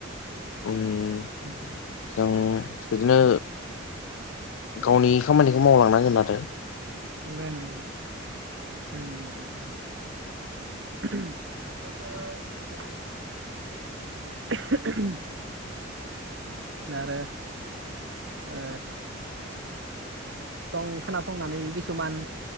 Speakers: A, on the left; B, on the right.
A: उम
B: उम।
A: जों बिदिनो गावनि खामानिखौ मावलांनांगोन आरो।
B: <unintelligible> <unintelligible> <inaudible> नारो ओ सं खोनासंनानै खिसुमान